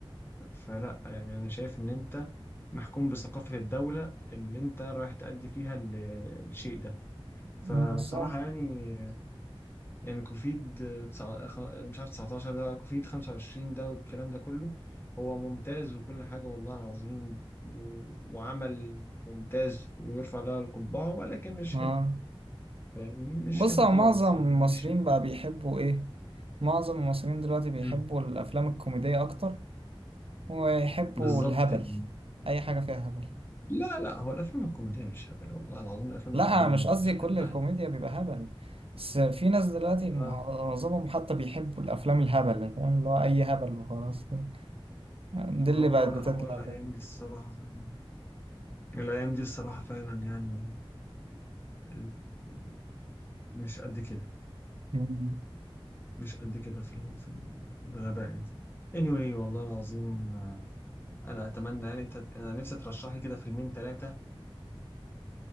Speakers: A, on the left (about 25°); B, on the right (about 75°).
A: فلا يعني انا شايف ان انت محكوم بثقافة الدولة اللي انت رايح تأدي فيها ال- الشيء ده فبصراحة
B: بالظبط
A: يعني يعني كوفيد تسع... خ- مش عارف 19 ده كوفيد 25 ده والكلام ده كله هو ممتاز وكل حاجة والله العظيم و- وعمل ممتاز ويرفع له القبعة ولكن مش
B: اه
A: هنا فاهمني؟ مش
B: بص
A: هنا
B: هو
A: خالص
B: معظم
A: يعني
B: المصريين
A: مش هنا
B: بقى بيحبوا إيه؟ معظم المصريين دلوقتي بيحبوا
A: مم.
B: الأفلام الكوميدية أكتر ويحبوا
A: بالظبط
B: الهبل
A: يعني
B: أي حاجة فيها هبل
A: لا لا هو الأفلام الكوميدية مش هبل والله العظيم الأفلام
B: لا
A: الكوميدية
B: أنا
A: جامدة
B: مش قصدي
A: فشخ
B: كل
A: يا جدعان
B: الكوميديا بيبقى هبل بس في ناس دلوقتي معظمهم
A: اه
B: حتى بيحبوا الأفلام الهبل فاهم اللي هو أي هبل وخلاص ده دي
A: ما
B: اللي
A: هو
B: بقت بتطلع
A: هو الأيام
B: فاهم؟
A: دي الصراحة فعلا الأيام دي الصراحة فعلا يعني ال- ال- مش قد كده
B: مم.
A: مش قد كده في في الغباء يعني anyway والله العظيم آه، انا اتمنى يعني انت انا نفسي ترشح لي كده فيلمين ثلاثه